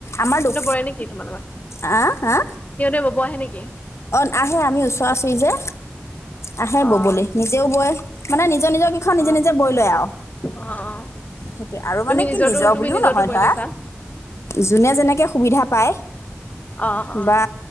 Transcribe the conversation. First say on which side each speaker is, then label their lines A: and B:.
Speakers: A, on the left; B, on the left.
A: আমাৰ দু
B: নাই নেকি তোমালোকৰ
A: হা হা?
B: সিহঁতে বব আহে নেকি?
A: অ আহে আমি ওচৰা ওচৰি যে! আহে
B: অ'
A: ববলৈ। নিজেও বয়, মানে নিজৰ নিজৰ এখন নিজে
B: অ' অ'
A: নিজে বৈ লয় আৰু।
B: অ'
A: সেইটোয়ে আৰু
B: তুমি
A: মানে কি
B: নিজৰটো
A: নিজৰ
B: তুমি
A: বুলিও
B: নিজৰটো
A: নহয়
B: বৈ
A: ধৰা,
B: লৈছা?
A: যোনে যেনেকে সুবিধা পায়
B: অ' অ'
A: বা